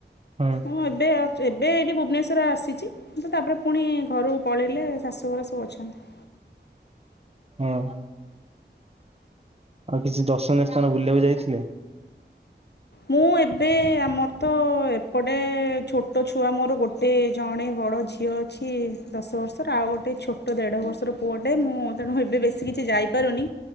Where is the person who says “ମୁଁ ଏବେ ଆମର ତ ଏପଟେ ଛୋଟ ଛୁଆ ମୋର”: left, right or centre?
Left